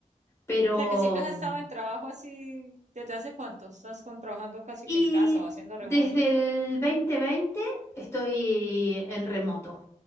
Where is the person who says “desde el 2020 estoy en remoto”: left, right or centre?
Left